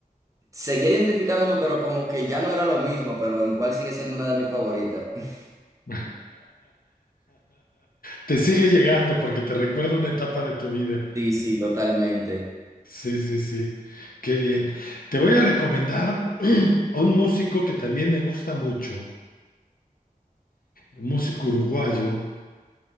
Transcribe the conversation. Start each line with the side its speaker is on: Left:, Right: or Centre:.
Right: seguía identificándome, pero como que ya no era lo mismo, pero igual sigue siendo una de mis favoritas. <laughs>
Left: <laughs> Te sigue llegando porque te recuerda una etapa de tu vida.
Right: Sí, sí, totalmente.
Left: Sí, sí, sí. Qué bien. Te voy a recomendar <clears throat> a un músico que también me gusta mucho, un músico uruguayo.